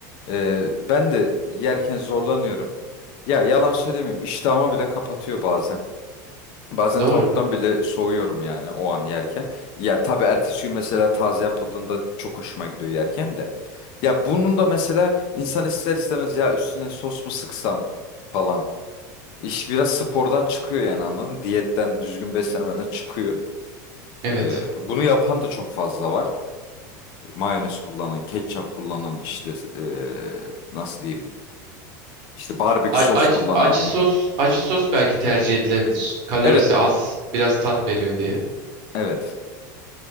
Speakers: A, on the left; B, on the right.
A: Ee, ben de yerken zorlanıyorum. Ya yalan söylemeyeyim iştahımı bile kapatıyor bazen. Bazen
B: Doğru.
A: tavuktan bile soğuyorum yani o an yerken. Ya tabii ertesi gün mesela taze yapıldığında çok hoşuma gidiyor yerken de. Ya bunun da mesela insan ister istemez ya üstüne sos mu sıksam falan. İş biraz spordan çıkıyor yani anladın mı? Diyetten düzgün beslenmeden çıkıyor.
B: Evet.
A: Ee, bunu yapan da çok fazla var mayonez kullanan, ketçap kullanan işte eee, nasıl diyeyim? işte barbekü
B: A-
A: sos
B: ac-
A: kullanan.
B: acı sos, acı sos belki tercih edilebilir. Kalorisi
A: Evet,
B: az, biraz tat veriyor diye.
A: evet.